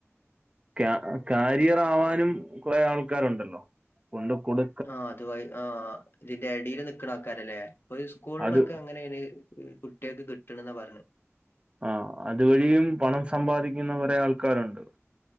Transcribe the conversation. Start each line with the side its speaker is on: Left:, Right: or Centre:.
Right: ക്യാ കാരിയറ് ആവാനും കോറെ ആൾക്കാരുണ്ടല്ലോ കോണ്ട് കൊട്
Left: ആ അത് വഴി ആ ഇതിന്റെ എടേല് നിക്ക്ണ ആൾക്കാരലെ അപ്പൊ ഈ സ്കൂൾലൊക്കെ
Right: അത്
Left: അങ്ങനെഎങ്ങനെ ഇത് കുട്ടിയെക്ക് കിട്ട്ണ്ന്നാ പറഞ്ഞെ
Right: ആ അതു വഴിയും പണം സമ്പാദിക്കുന്ന കോറെ ആൾക്കാരുണ്ട്